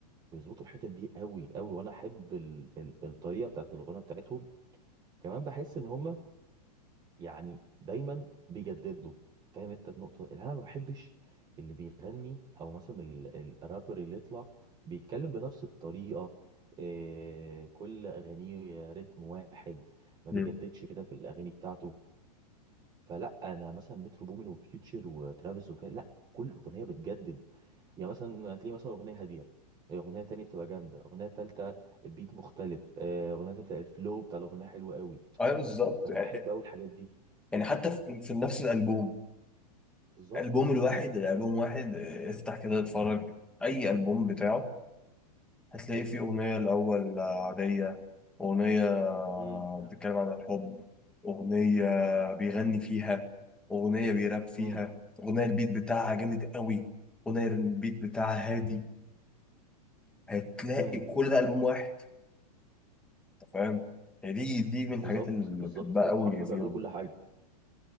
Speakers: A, on the right; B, in the centre.
A: بيظبطوا الحتت دي قوي قوي وانا احب ال- ال- الطريقه بتاعت الغنى بتاعتهم كمان بحس ان هما يعني دايما بيجددوا فاهم انت النقطه اللي انا ما بحبش اللي بيغني او مثلا ال- ال- الرابر اللي يطلع بيتكلم بنفس الطريقه إيه كل اغانيه رتم واحد ما
B: مم.
A: بيجددش كده في الاغاني بتاعته فلا انا مثلا مترو بومين وفيوتشر وترافيس وكده لا كل اغنيه بتجدد يعني مثلا هتلاقي مثلا اغنيه هاديه اغنيه تانية بتبقى جامده اغنيه تالتة بيت مختلف آه، اغنيه تالتة الفلو بتاع الاغنيه حلو قوي
B: ايوه بالظبط
A: فانا
B: يعني
A: بحب قوي الحاجات دي
B: يعني حتى في في نفس الالبوم
A: بالظبط
B: البوم الواحد الالبوم واحد آه، افتح كده اتفرج اي البوم بتاعه هتلاقي فيه اغنيه الاول عاديه اغنيه
A: امم
B: بتتكلم عن الحب اغنيه بيغني فيها اغنيه بيراب فيها
A: امم
B: اغنيه البيت بتاعها جامد قوي اغنيه البيت بتاعها هادي هتلاقي
A: امم
B: كل ده البوم واحد أنت فاهم يعني دي دي من الحاجات
A: بالظبط
B: اللي
A: بالظبط
B: بحبها
A: هو
B: قوي
A: حرفيا
B: فيهم
A: بيعملوا كل حاجه